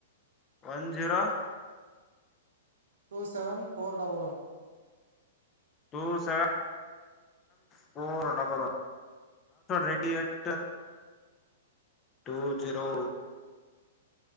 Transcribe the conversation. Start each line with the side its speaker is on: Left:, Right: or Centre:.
Left: one zero
Right: two seven four double one
Left: ಟ ಸ four double ready at two zero